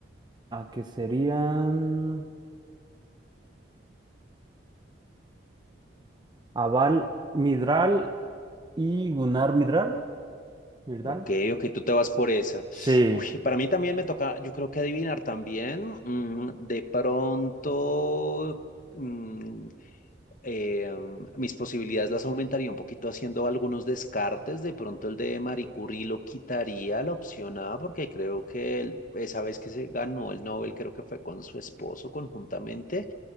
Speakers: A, on the right; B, on the left.
A: a que serían Aval Midral y Gunnar Midral. ¿Midral?
B: Ok, ok, tú te vas por esa.
A: Sí,
B: Uy, para mí también me toca, yo creo que adivinar también. mm, de pronto, mm, eh, mis posibilidades las aumentaría un poquito haciendo algunos descartes. De pronto el de Marie Curie lo quitaría a la opción A, porque creo que él- esa vez que se ganó el Nobel, creo que fue con su esposo conjuntamente,